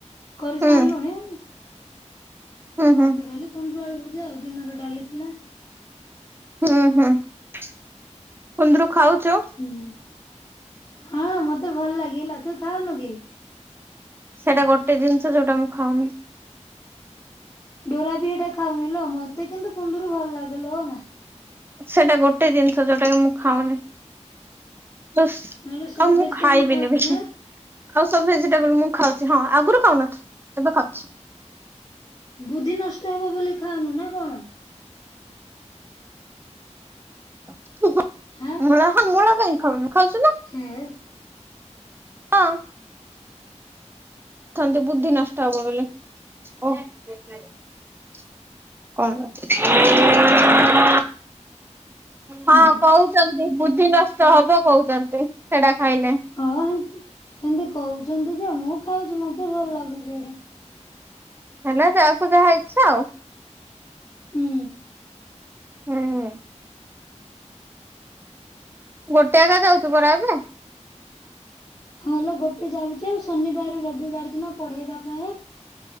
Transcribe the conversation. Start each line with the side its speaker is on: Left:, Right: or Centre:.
Left: କରିସାରିଲୁଣି
Right: ହୁଁ
Left: ତୋ
Right: ହୁଁ
Left: ଭାତ
Right: ହୁଁ
Left: ଡାଲି କନ୍ଦୁରୁ ଆଳୁ ଭଜା ଆଉ ଦିନର ଡାଲି ଥିଲା।
Right: ହୁଁ ହୁଁ କୁନ୍ଦୁରୁ ଖାଉଚ।
Left: ହୁଁ ହଁ ମତେ ଭଲ ଲାଗେହେଲା ତୁ ଖାଉନୁ କି?
Right: ସେଇଟା ଗୋଟେ ଜିନିଷ ଯୋଉଟା ମୁଁ ଖାଉନି।
Left: ଡୋରା ବି ଏଇଟା ଖାଉନି ଲୋ ମତେ କିନ୍ତୁ କୁନ୍ଦୁରୁ ଭଲ ଲାଗେଲୋ ମା।
Right: ସେଟା ଗୋଟେ ଜିନିଷ ଯୋଉଟା କି ମୁଁ ଖାଉନି। ଜସ୍
Left: ନହେଲେ ସବୁ
Right: ଆଉ ମୁଁ
Left: ଭେଜିଟେବୁଲ
Right: ଖାଇବିନି
Left: ଖାଉଛୁ
Right: ବି।
Left: ନା
Right: ଆଉ ସବୁ ଭେଜିଟେବୁଲ ମୁଁ ଖାଉଛି ହଁ ଆଗରୁ ଖାଉନଥିଲି ଏବେ ଖାଉଛି।
Left: ବୁଦ୍ଧି ନଷ୍ଟ ହେବ ବୋଲି ଖାଉନୁ ନା କଣ?
Right: <unintelligible>
Left: ହଁ।
Right: ମୂଳା ହଁ ମୂଳା କାହିଁ ଖାଉନି ଖାଉଚି ନା।
Left: ହେଥେ।
Right: ହଁ। ଥନ୍ତେ ବୁଦ୍ଧି ନଷ୍ଟ ହବ ବୋଲି ଓ। ବେକାରିଆ କଣ ରଖିଚି <inaudible> ହଁ
Left: ହୁଁ ହୁଁ
Right: କଉଚନ୍ତି ବୁଦ୍ଧି ନଷ୍ଟ ହବ କଉଚନ୍ତି ସେଟା ଖାଇଲେ।
Left: ହଁ ଏମି ଏମତି କହୁଚନ୍ତି ଯେ ମୁଁ ଖାଉଚି ମତେ ଭଲ ଲାଗୁଚି ଏଇଟା।
Right: ହେଲା ଯାହାକୁ ଯାହା ଇଛା ଆଉ।
Left: ହୁଁ।
Right: ହୁଁ। ଗୋଟେ ଆଗା ଯାଉଚୁ ପରା ଏବେ?
Left: ହଁ ଲୋ ଗୋଟେ ଯାଉଚି ଆଉ ଶନିବାର ରବିବାର ଦିନ ପଢେଇବା ପାଇଁ